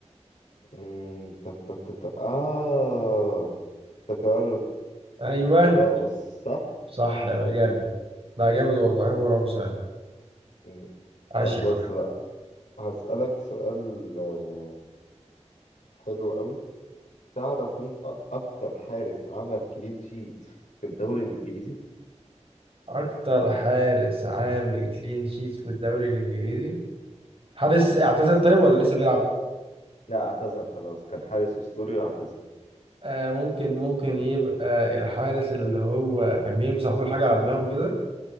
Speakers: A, on the left (about 85°); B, on the right (about 50°).
A: مم، تا- تا- تا- تا- اه افتكرت
B: أيوه
A: راموس صح
B: صح يا بقى جامد بقى جامد والله هو راموس يعني.
A: مم.
B: عاش
A: طب
B: يا
A: بص
B: حبيبي
A: بقى هسألك سؤال آه، حلو قوي تعرف مين أ- اكتر حارس عمل كلين شيت في الدوري الانجليزي
B: اكتر حارس عامل كلين شيت في الدوري الانجليزي حارس اعتزل طيب ولا لسه بيلعب
A: لا اعتزل خلاص كان حارس اسطوري واعتزل
B: آه ممكن ممكن يبقى الحارس اللي هو كان بيلبس على طول حاجه على دماغه كده